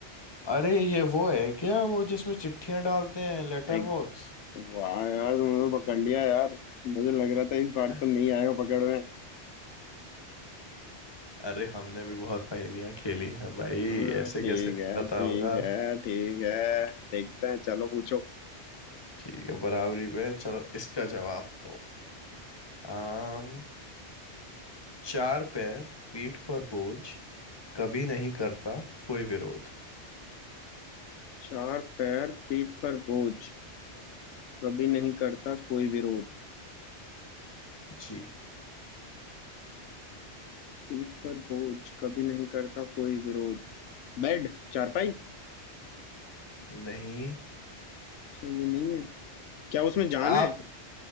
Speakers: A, on the left; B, on the left.
A: अरे ये वो है क्या वो जिसमें चिट्ठियां डालते हैं लेटर
B: एक
A: बॉक्स
B: वाह यार तुमने तो पकड़ लिया यार मुझे लग
A: <laughs>
B: रहा था इस बार तो नहीं आएगा पकड़ में
A: अरे हमने भी बहुत पहेलियां खेली हैं भाई
B: हम्म,
A: ऐसे
B: ठीक
A: कैसे नहीं
B: है
A: पता
B: ठीक
A: होगा
B: है ठीक है देखते हैं चलो पूछो
A: ठीक है बराबरी पे है, चलो इसका जवाब दो आम चार पैर पीठ पर बोझ कभी नहीं करता कोई विरोध
B: चार पैर पीठ पर बोझ कभी नहीं करता कोई विरोध
A: जी
B: पीठ पर बोझ कभी नहीं करता कोई विरोध बेड चारपाई
A: नहीं
B: अच्छा ये नहीं है क्या उसमें जान
A: आप
B: है